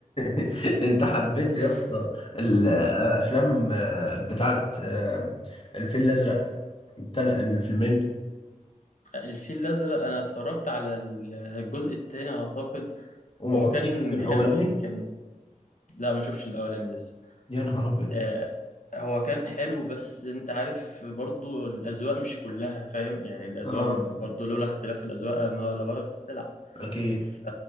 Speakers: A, on the left; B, on the left.
A: <laughs> أنت حبيت
B: <laughs>
A: يا اسطى الأفلام آه، بتاعت آه، الفيل الأزرق التل- الفيلمين
B: الفيل الازرق انا اتفرجت على ال- الجزء الثاني اعتقد
A: وما
B: هو
A: كنتش
B: كان
A: في الأولاني
B: حلو يعني كان لا ما شفتش الاولاني لسه
A: يا نهار ابيض
B: آه، هو كان حلو بس انت عارف برضو الاذواق مش كلها فاهم يعني الاذواق
A: اه
B: برضو لولا اختلاف الاذواق ما لبارت السلع
A: اكيد
B: ف-